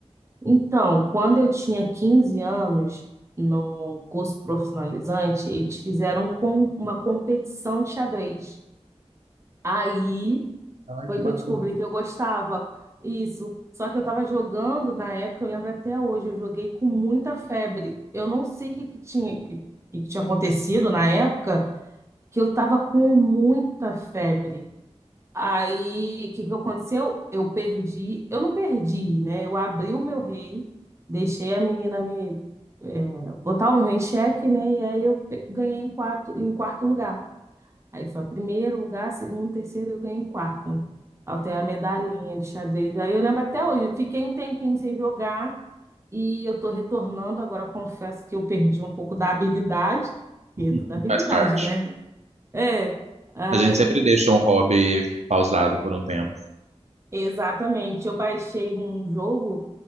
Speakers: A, on the right; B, on the right.
A: Então, quando eu tinha 15 anos, no curso profissionalizante, eles fizeram com uma competição de xadrez. Aí
B: Ai,
A: foi
B: que
A: que
B: bacana.
A: eu descobri que eu gostava. Isso. Só que eu estava jogando na época, eu lembro até hoje, eu joguei com muita febre. Eu não sei o que, que tinha, que, que tinha acontecido na época, que eu estava com muita febre. Aí, o que que aconteceu? Eu perdi, eu não perdi, né? Eu abri o meu rei, deixei a menina me é, botar o meu rei em xeque, né? E aí eu pe- ganhei em quarto, em quarto lugar. Aí foi primeiro lugar, segundo, terceiro, eu ganhei em quarto. Aí tem a medalhinha de xadrez. Aí eu lembro até hoje, fiquei um tempinho sem jogar e eu tô retornando. Agora confesso que eu perdi um pouco da habilidade, porque
B: <laughs>
A: é tudo habilidade,
B: Faz parte.
A: né? É. Aí
B: A gente sempre deixa um hobby pausado por um tempo.
A: Exatamente. Eu baixei um jogo,